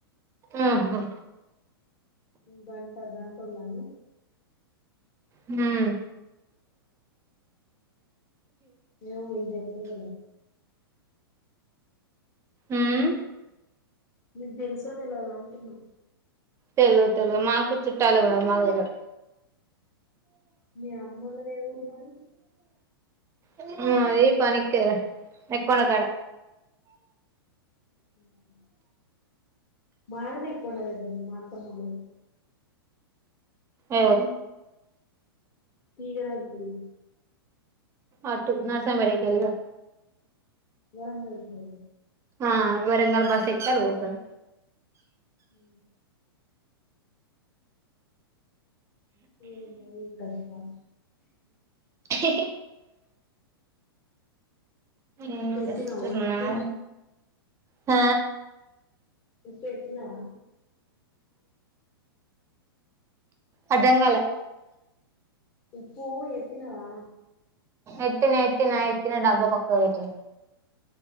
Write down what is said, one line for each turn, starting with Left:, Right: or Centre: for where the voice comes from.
Right: ఉహు
Left: గంట గంటలోల
Right: మ్మ్
Left: ఏ ఉ మైదసల
Right: ఉమ్
Left: మీకు తెలుస తెల్వదా అంటున్నా
Right: తెల్వదు మాకు చుట్టాల ఉన్నారు మాకురు
Left: మీ అమ్మోలాది ఏ ఊరు మరి
Right: ఊ అది పనికి కదా ఎకున కడ
Left: లేక మా దగ్గర నే ఎక్కో ఉండ దగ్గరది మా అత్తమ్మోలది
Right: ఎవరు
Left: తీగ రాజుపెల్లి
Right: అట్టు నర్సంపేట కెలిగా
Left: వరంగల్ కి
Right: ఆ వరంగల్ బస్ ఎక్కి ఆల్ పోతల్
Left: ఊ ఏందో ఈ కష్టాలు
Right: <unintelligible> ఏం
Left: పెతినవ
Right: చేస్తున్నావ్
Left: మరి ఉప్పి
Right: ఆ
Left: ఉప్పు ఎతినవా
Right: అర్థం కాలే
Left: ఉప్పు ఎత్తినవా
Right: ఎతిన ఎతిన ఎతిన డబ్బ పక్కక్ వెట్టిన